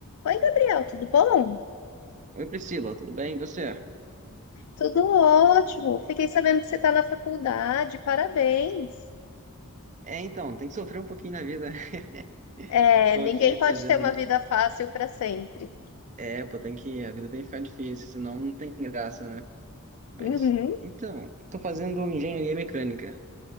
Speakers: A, on the left (about 70°); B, on the right (about 35°).
A: Oi, Gabriel, tudo bom?
B: Oi Priscila, tudo bem? E você?
A: Tudo ótimo. Fiquei sabendo que você está na faculdade, parabéns.
B: É, então, tem que sofrer um pouquinho na vida.
A: É,
B: <laughs> Tô
A: ninguém
B: aqui
A: pode
B: fazendo.
A: ter uma vida fácil para sempre.
B: É, pô, tem que. A vida tem que ficar difícil, senão não tem graça, né? Mas,
A: Uhum,
B: então, tô fazendo engenharia mecânica.